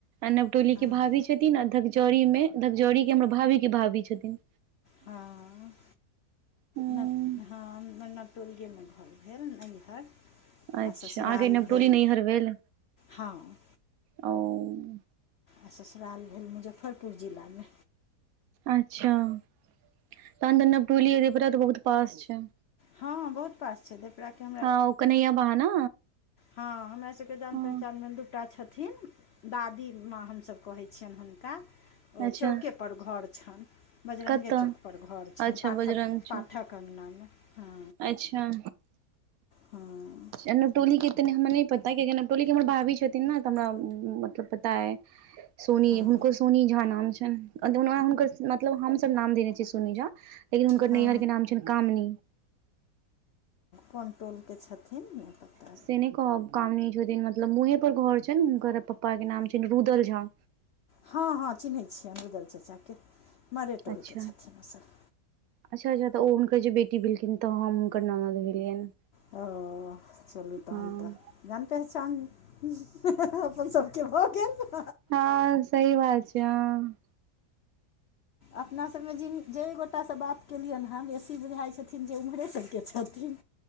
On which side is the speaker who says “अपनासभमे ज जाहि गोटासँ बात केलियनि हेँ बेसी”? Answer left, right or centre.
Left